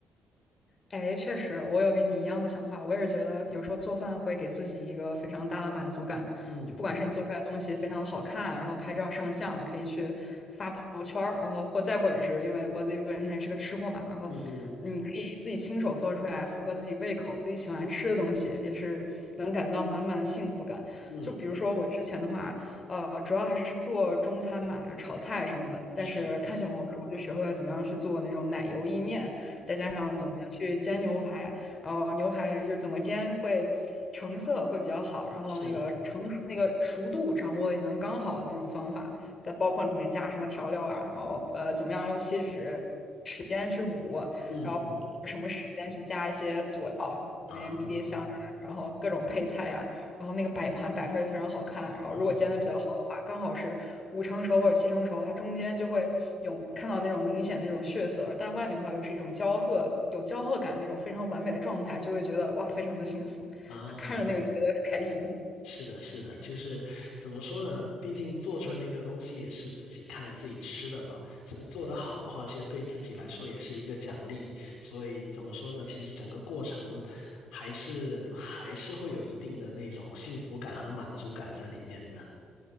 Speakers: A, on the left (about 40°); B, on the left (about 90°).
A: 哎，确实，我有跟你一样的想法。我也是觉得，有时候做饭会给自己一个非常大的满足感，
B: 嗯
A: 就不管是你做出来的东西非常的好看，然后拍照上相，可以去发朋友圈儿，然后或再或者是因为我自己本身也是个吃货嘛，然后你可以自己亲手做出来符合自己胃口、
B: 嗯嗯
A: 自己喜欢吃的东西，也是能感觉到满满的幸福感。
B: 嗯，
A: 就比如说我之前的话，呃，主要还是做中餐嘛，炒菜什么的，但是看小红书就学会了怎么样去做那种奶油意面。
B: 是
A: 再加上怎么样去煎牛排，然后牛排就是怎么煎会成色会比较好，然后那个成那个熟度掌握的也能刚好的那种方法，
B: 是，
A: 再包括里面加什么调料啊，然后呃怎么样用锡纸时间去捂，
B: 嗯嗯
A: 然后什么时间去加一些佐料，那些迷迭香啊，
B: 啊
A: 然后各种配菜呀、然后那个摆盘摆出来就非常好看。然后如果煎的比较好的话，
B: 啊。
A: 刚好是五成熟或者七成熟，它中间就会有看到那种明显那种血色，但外面的话又是一种焦褐，有焦褐感那种非常完美的状态，就会觉得哇，非常的幸福，<laughs>
B: 啊，
A: 看着那个就觉得开心。
B: 是的，是的，就是怎么说呢？毕竟做出来那个东西也是自己看自己吃的嘛，所以做得好的话，其实对自己来说也是一个奖励。所以怎么说呢？其实整个过程还是还是会有一定的那种幸福感和满足感在里面的。